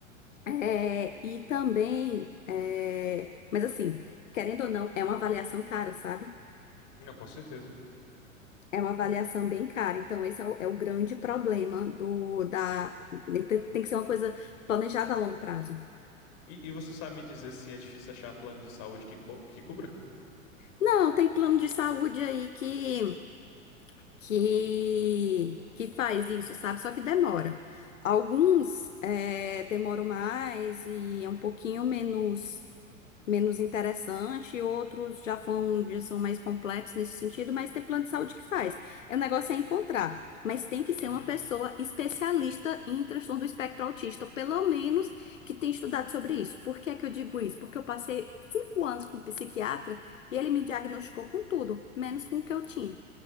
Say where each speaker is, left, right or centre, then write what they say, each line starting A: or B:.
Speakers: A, on the left; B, on the left.
A: É, e também, é, mas assim, querendo ou não, é uma avaliação cara, sabe?
B: Não, com certeza.
A: É uma avaliação bem cara, então esse é o, é o grande problema do da tem, tem que ser uma coisa planejada a longo prazo.
B: E, e você sabe me dizer se é difícil achar plano de saúde que, co- que cubra?
A: Não, tem plano de saúde aí que que que faz isso, sabe? Só que demora. Alguns é, demoram mais e é um pouquinho menos menos interessante, outros já vão, já são mais completos nesse sentido, mas tem plano de saúde que faz. É, o negócio é encontrar, mas tem que ser
B: Uhum.
A: uma pessoa especialista em transtorno do espectro autista, ou pelo menos que tenha estudado sobre isso. Por que é que eu digo isso? Porque eu passei cinco anos com um psiquiatra e ele me diagnosticou com tudo, menos com o que eu tinha.